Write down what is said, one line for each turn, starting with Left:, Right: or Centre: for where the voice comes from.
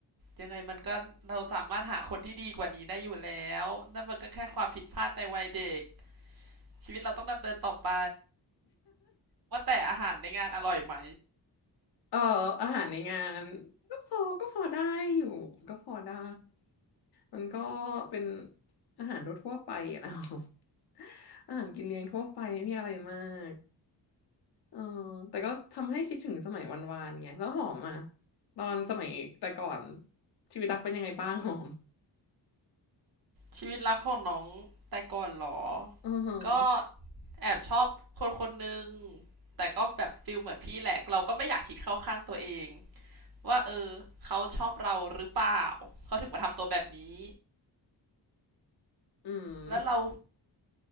Right: ยังไงมันก็เราสามารถหาคนที่ดีกว่านี้ได้อยู่แล้วนั่นมันก็แค่ความผิดพลาดในวัยเด็กชีวิตเราต้องดำเนินต่อไปว่าแต่อาหารในงานอร่อยไหม
Left: เอออาหารในงานก็พอก็พอได้อยู่ก็พอได้มันก็เป็นอาหารทั่วๆไปอะนะ <laughs> อาหารกินเลี้ยงทั่วไปไม่มีอะไรมาก เออแต่ก็ทำให้คิดถึงสมัยวันวานไงแล้วหอมอ่ะตอนสมัยแต่ก่อนชีวิตรักเป็นยังไงบ้าง <laughs> หอม
Right: ชีวิตรักของน้องแต่ก่อนเหรอ
Left: อือฮึ
Right: ก็
Left: อ
Right: แอบชอบคนคนหนึ่งแต่ก็แบบฟิลเหมือนพี่แหละเราก็ไม่อยากคิดเข้าข้างตัวเองว่าเออเขาชอบเราหรือเปล่า เขาถึงมาทำตัวแบบนี้
Left: ืม
Right: แล้วเรา